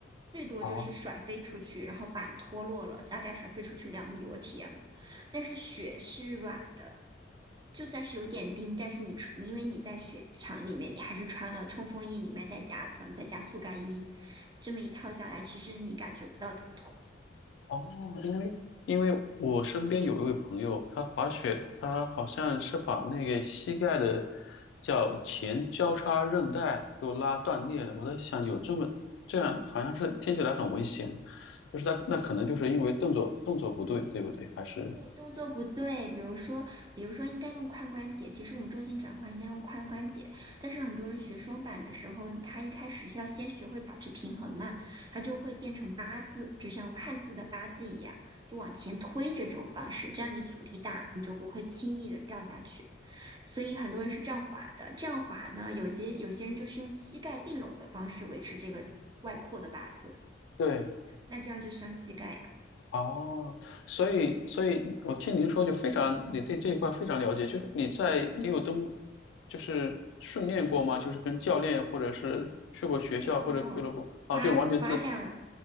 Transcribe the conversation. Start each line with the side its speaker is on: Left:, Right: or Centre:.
Right: 最多就是甩飞出去，
Left: 哦
Right: 然后板脱落了，大概甩飞出去两米，我体验过。但是雪是软的，就算是有点冰，但是你穿，因为你在雪场里面，你还是穿了冲锋衣，里面带夹层，再加速干衣，这么一套下来，其实你感觉不到疼痛。
Left: 哦，因为因为我身边有一位朋友，他滑雪，他好像是把那个膝盖的叫前交叉韧带都拉断裂了。我在想，有这么这样，好像是听起来很危险，就是他那可能就是因为动作动作不对，对不对？还是
Right: 对，动作不对，比如说，比如说应该用髋关节，其实我们重心转换应该用髋关节，但是很多人学双板的时候，他一开始要先学会保持平衡嘛，他就会变成八字，就像汉字的八字一样，就往前推着这种方式，这样你阻力大，你就不会轻易的掉下去。所以很多人是这样滑的。这样滑呢，有些有些人就是用膝盖并拢的方式维持这个外扩的八字，
Left: 对
Right: 那这样就伤膝盖呀。
Left: 哦，所以，所以我听您说就非常，你对这一块非常了解，就是你在，你有登，就是训练过吗？就是跟教练或者是去过学校或者俱乐部，
Right: 没有没有，
Left: 啊，
Right: 滑滑两
Left: 就完全自，